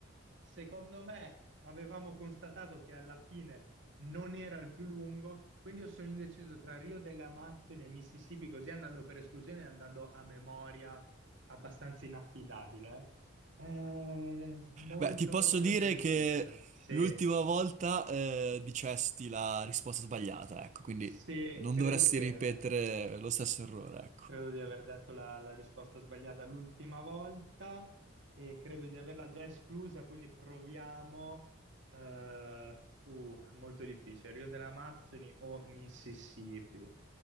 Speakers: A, on the right; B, on the right.
A: secondo me, avevamo constatato che alla fine non era il più lungo, quindi io sono indeciso tra Rio delle Amazzoni e Mississippi, così andando per esclusione e andando a memoria abbastanza inaffidabile. eh. Eh, molto,
B: Beh, ti posso
A: molto
B: dire
A: difficile.
B: che
A: Sì,
B: l'ultima volta eh, dicesti la risposta sbagliata, ecco, quindi
A: sì,
B: non
A: credo
B: dovresti
A: che,
B: ripetere lo stesso errore, ecco.
A: Credo di aver detto la, la risposta sbagliata l'ultima volta e credo di averla già esclusa, quindi proviamo. eh, fu molto difficile. Rio delle Amazzoni o Mississippi?